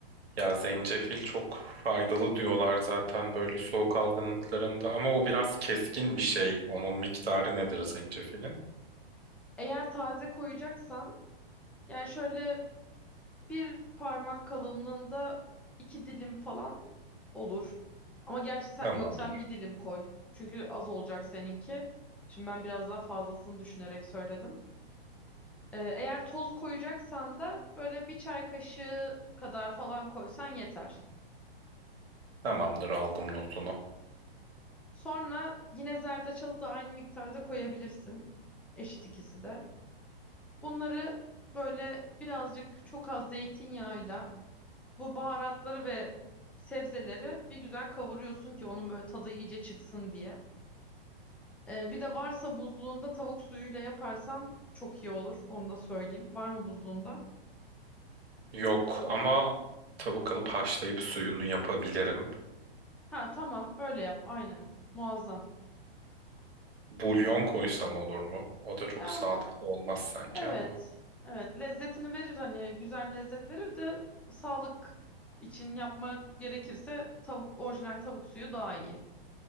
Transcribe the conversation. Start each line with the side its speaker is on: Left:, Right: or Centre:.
Right: Ya zencefil çok faydalı diyorlar zaten böyle soğuk algınlıklarında ama o biraz keskin bir şey. Onun miktarı nedir zencefilin?
Centre: Eğer taze koyacaksan yani şöyle bir parmak kalınlığında iki dilim falan olur. Ama gerçi sen
Right: Tamamdır.
Centre: yok sen bir dilim koy. Çünkü az olacak seninki. Şimdi ben biraz daha fazlasını düşünerek söyledim. Ee, eğer toz koyacaksan da böyle bir çay kaşığı kadar falan koysan yeter.
Right: Tamamdır aldım notunu.
Centre: Sonra yine zerdeçalı da aynı miktarda koyabilirsin. Eşit ikisi de. Bunları böyle birazcık çok az zeytinyağıyla Bu baharatları ve sebzeleri bir güzel kavuruyorsun ki onun böyle tadı iyice çıksın diye. Ee, bir de varsa buzluğunda tavuk suyuyla yaparsan çok iyi olur. Onu da söyleyeyim. Var mı buzluğunda?
Right: Yok ama tavuk alıp haşlayıp suyunu yapabilirim.
Centre: Ha tamam öyle yap aynen. Muazzam.
Right: Bulyon koysam olur mu? O da çok
Centre: Ya
Right: sağlıklı olmaz sanki
Centre: evet.
Right: ama.
Centre: Evet lezzetini verir hani güzel lezzet verir de sağlık için yapmak gerekirse tavuk orijinal tavuk suyu daha iyi.